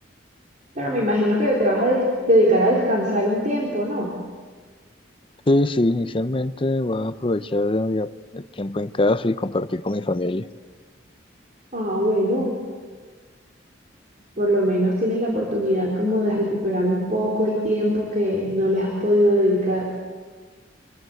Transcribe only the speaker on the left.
Sí, sí, inicialmente voy a aprovechar el día- el tiempo en casa y compartir con mi familia.